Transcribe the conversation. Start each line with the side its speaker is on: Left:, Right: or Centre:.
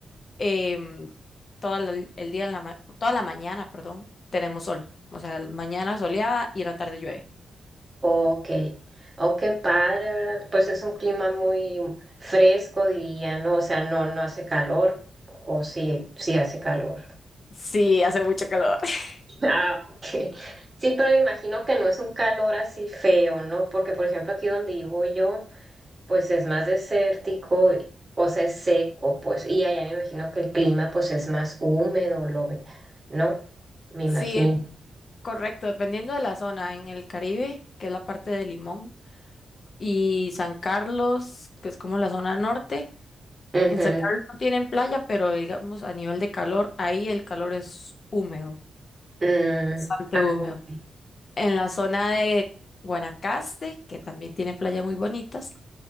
Left: em, todo el, el día, en la ma- toda la mañana, perdón, tenemos sol. O sea, mañana soleada y en la tarde llueve.
Right: Ok, oh, qué padre, ¿verdad? Pues es un clima muy fresco, diría, ¿no? O sea, no, no hace calor, o sí, sí hace calor.
Left: Sí, hace mucho calor. <laughs>
Right: <laughs> Ah, ok. Sí, pero me imagino que no es un calor así feo, ¿no? Porque, por ejemplo, aquí donde vivo yo, pues es más desértico, y- o sea, es seco, pues, y allá me imagino que el clima, pues, es más húmedo, lo ve, ¿no? Me imagino.
Left: Sí, Correcto, dependiendo de la zona, en el Caribe, que es la parte de Limón, y San Carlos, que es como la zona norte.
Right: Ujú.
Left: En San Carlos no tienen playa, pero digamos a nivel de calor, ahí el calor es húmedo,
Right: Mm,
Left: bastante
Right: ah,
Left: húmedo.
Right: ok.
Left: En la zona de Guanacaste, que también tiene playas muy bonitas,